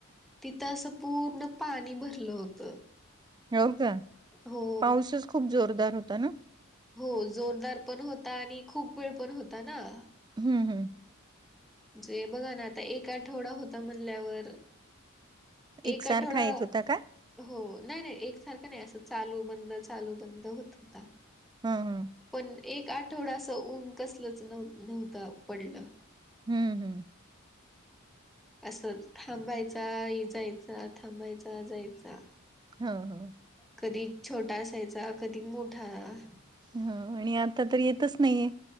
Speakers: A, in the centre; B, on the right (about 20°).
A: तिथं असं पूर्ण पाणी भरलं होतं.
B: हो कां
A: हो
B: पाऊसचं खूंप जोरदांर होतां नां,
A: हो जोरदांर पणं होतां आणि खूंप वेळं पणं होतां नां.
B: हम्मं हमं
A: जे बघां नां आतां एक आठवडां होतां म्हणल्यांवर एक
B: एकसारखा
A: आठवडां
B: येत होता काय
A: हो नाहीं नाहीं एक सारखं नाहीं असं चालूं बंद चालूं बंद होतं होतां.
B: हा हा
A: पणं एक आठवडां असं ऊंन कसलंच नवं नव्हतां पडलं
B: हम्मं हम्मं
A: असं थांबायचां जायचां थांबायचां जायचां
B: हव
A: कधीं छोटा असांयचां कधीं मोठां
B: हं आणि आतां तरं येतंच नाहीये